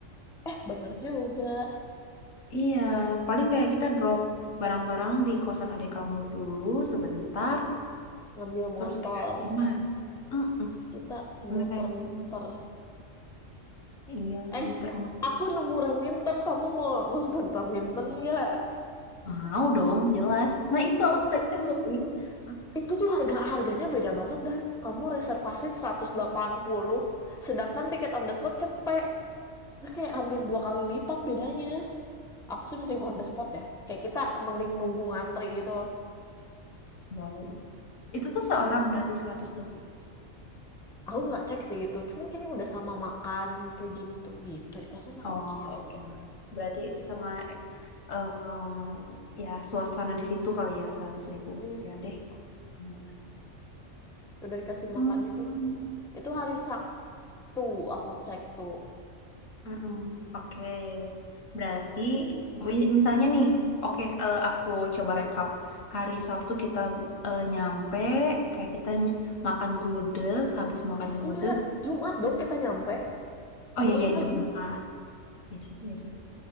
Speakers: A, in the centre; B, on the left.
A: Eh, bener juga.
B: Iya, paling kayak kita drop barang-barang di kosan adik kamu dulu sebentar.
A: ngambil
B: Terus
A: motor.
B: kayak gimana? Mm-mm.
A: Terus kita
B: Kayak
A: muter-muter.
B: gitu. Iya,
A: Eh,
B: muter-muter.
A: aku nemu Raminten, kamu mau nonton Raminten nggak?
B: Mau dong, jelas. Nah, itu aku
A: Tapi
B: tadi tuh mau ngomongin. Ah,
A: itu tuh harga-harganya beda banget, Dar. Kamu reservasi 180 sedangkan tiket on the spot cepet. Itu kayak hampir dua kali lipat bedanya. Aku sih mending on the spot ya. Kayak kita mending nunggu ngantri gitu loh.
B: boleh Itu tuh seorang berarti seratus tuh.
A: Aku nggak cek sih itu, cuman kayaknya udah sama makan kayak gitu gitu. Di pesan aku
B: Oh,
A: kirim.
B: oke lah. Berarti sama eh, em, ya suasana di situ kali ya 100 ribu.
A: Mm,
B: Oke deh. Aman-aman.
A: udah dikasih
B: Mm,
A: makan itu.
B: mm,
A: Itu hari Sa Tuh, aku cek tuh.
B: mm, mm. Oke. Berarti wi- misalnya nih, oke eh, aku coba rekap. Hari Sabtu kita eh, nyampe, kayak kita ny- makan gudeg, habis makan
A: Enggak,
B: gudeg.
A: Jumat dong kita nyampe.
B: Oh
A: Jumat
B: iya iya
A: lagi.
B: Jumat. Iya sih, iya sih.